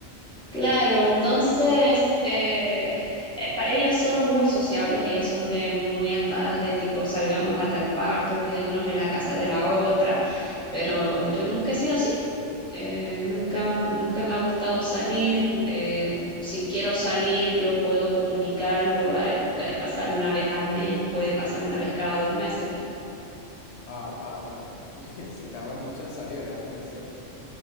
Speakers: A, in the centre; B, on the left.
A: Claro, entonces eh, eh, pa- ellas son muy sociables, ellas son de muy andadas de tipo salgamos a tal parte o quedémonos en la casa de la otra, pero yo nunca he sido así, Eh,
B: Ok.
A: nunca, nunca me ha gustado salir, eh, si quiero salir yo puedo comunicarlo, ah, puede pasar una vez al mes o puede pasar una vez cada dos meses
B: Ah, wow, bueno. <laughs> Si tardas mucho en salir, déjame decirte.